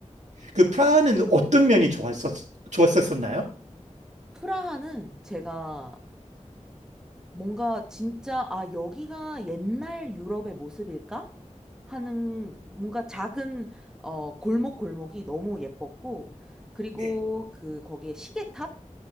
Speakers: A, on the right; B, in the centre.
A: 그 프라하는 어떤 면이 좋았었, 좋았었나요?
B: 프라하는 제가 뭔가 진짜, 아, 여기가 옛날 유럽의 모습일까? 하는 뭔가 작은, 어, 골목골목이 너무 예뻤고, 그리고
A: 네.
B: 그, 거기에 시계탑?